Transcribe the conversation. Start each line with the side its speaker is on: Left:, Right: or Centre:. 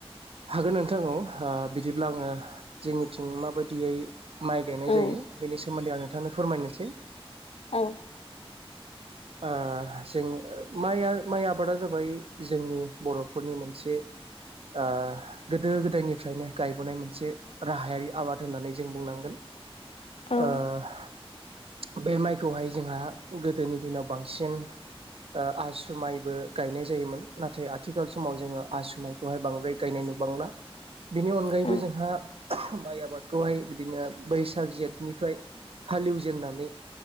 Right: हागोन नोंथां औ बिदिब्ला आङो जोंनिथिं माबायदियै माइ गायनाय
Left: औ
Right: जायो बेनि सोमोन्दै आं नोंथांनो फोरमायनोसै
Left: औ
Right: अ जोंनि माइआ माइ आबादा जाबाय जोंनि बर'फोरनि मोनसे
Left: <inaudible>
Right: आ गोदो-गोदायनिफ्रायनो गायबोनाय मोनसे राहायारि आबाद होननानै जों बुंनांगोन
Left: औ
Right: ओ बे माइखौहाय जोंहा गोदोनि दिनाव बांसिन ओ आसु माइबो गायनाय जायोमोन। नाथाय आथिखाल समाव जोङो आसु माइखौहाय बांद्राय गायनाय बांला बिनि अनगायैबो
Left: औ
Right: जोंहा माइ आबादखौहाय बिदिनो बैसाग-जेठनिफ्राय हालेवजेननानै